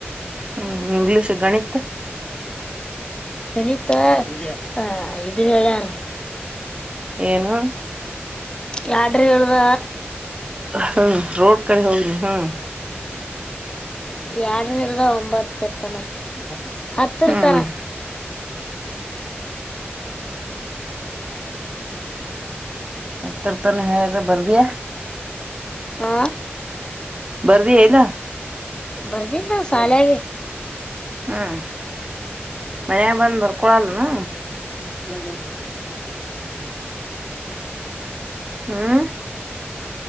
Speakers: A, on the right; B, on the left.
A: ಹ್ಮ್ ಇಂಗ್ಲೀಷ್ ಗಣಿತ
B: ಗಣಿತ ಹ ಇದು ಹೇಳಾರ
A: ಏನು
B: ಲಾಡ್ರಿ ಹೇಳದ
A: ಹ್ಮ್ ರೋಡ್ ಕಡೆ ಹೋಗ್ರಿ ಹ್ಮ್
B: ಎರಡನ ಇರ್ದ ಒಂಬತ್ತರ್ತನ ಹತ್ತಿರ್ತರ
A: ಹ್ಮ್ ಹತ್ತರ್ ತಾನ ಹೇಳಾರ ಬರ್ಬಯಾ
B: ಆ
A: ಬರ್ದಿ ಇಲ್ಲ
B: ಬರ್ಗ್ಣ ಸಾಲಯಗೆ
A: ಹ್ಮ್ ಮನ್ಯಾಗ ಬಂದ್ ಬರ್ಕೊಳಲ್ನು
B: ಲ ಗಲ್ಬ
A: ಹ್ಮ್